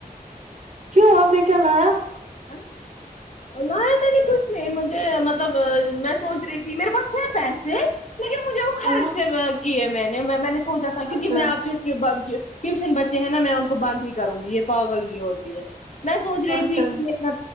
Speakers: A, on the right (about 50°); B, on the left (about 50°).
A: کیوں آپ نے کیا لایا
B: ہاں لا یا میں نے کچھ نہیں مجھے مطلب میں سوچ رہی تھی میرے پاس تھے پیسے لیکن مجھے وہ خرچ
A: ہاں
B: سے کیے میں نے میں نے سوچا تھا کیونکہ
A: اچھا
B: میں آپ جو ٹیوشن بچے ہیں نا میں ان کو بند ہی کروں گی یہ پاگلگی ہوتی ہے میں سوچ رہی
A: اچھا
B: تھی کہ